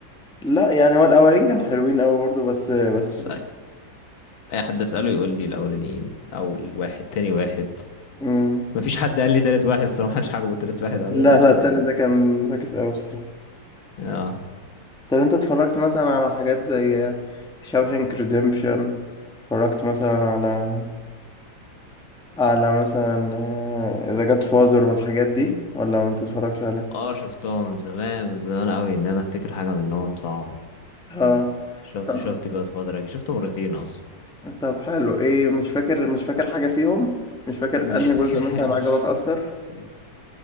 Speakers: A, in the centre; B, on the left.
A: لا يعني هو الأولين كانوا حلوين أوي برضه بس بس
B: بس
A: مش...
B: اي حد اساله يقول لي الاولانيين او الواحد تاني واحد
A: مم.
B: مفيش حد قال لي تالت واحد الصراحه مش عاجبه تالت واحد قوي
A: لا
B: بس
A: لا التالت
B: يعني
A: ده كان فاكس أوي بصراحة
B: اه
A: طب أنت اتفرجت مثلا على حاجات زي شاوشنك ريديمبشن اتفرجت مثلا على على مثلا ذا جاد فازر والحاجات دي ولا ما بتتفرجش
B: اه شفتهم زمان بس زمان قوي ان انا افتكر حاجه منهم صعبه
A: اه
B: شفت
A: طب
B: شفت جود فادر شفته مرتين اصلا
A: طب حلو ايه مش فاكر مش فاكر حاجة فيهم مش فاكر
B: مش
A: انهي
B: فاكرهاش
A: جزء مثلا عجبك اكتر
B: <laughs> مش فاكر.